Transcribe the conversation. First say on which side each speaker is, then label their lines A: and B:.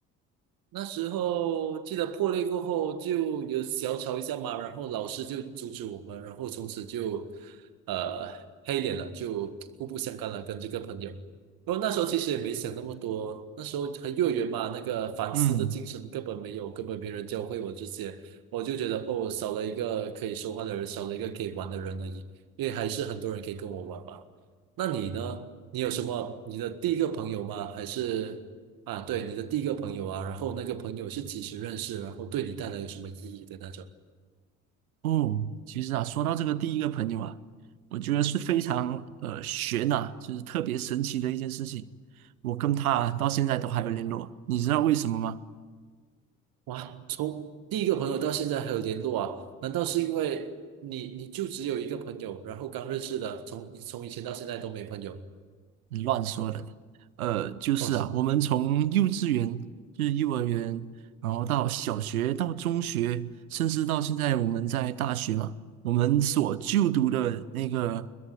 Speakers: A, on the right; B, on the right.
A: 那时候记得破裂过后就有小吵一下嘛，然后老师就阻止我们，然后从此就呃黑脸了，就互不相干了，跟这个朋友。然后那时候其实也没想那么多，那时候还幼儿园嘛，那个反思的精神根本没有，
B: 嗯，
A: 根本没人教会我这些，我就觉得哦，少了一个可以说话的人，少了一个可以玩的人而已，因为还是很多人可以跟我玩嘛。那你呢？你有什么你的第一个朋友吗？还是？啊，对，你的第一个朋友啊，然后那个朋友是几时认识，然后对你带来有什么意义的那种。
B: 哦，其实啊，说到这个第一个朋友啊，我觉得是非常呃悬呐、就是特别神奇的一件事情。我跟他啊到现在都还有联络，你知道为什么吗？
A: 哇，从第一个朋友到现在还有联络啊？难道是因为你你就只有一个朋友，然后刚认识的，从从以前到现在都没朋友？
B: 你乱说的。呃，就是啊，
A: 哇塞
B: 我们从幼稚园，就是幼儿园，然后到小学，到中学，甚至到现在我们在大学嘛，我们所就读的那个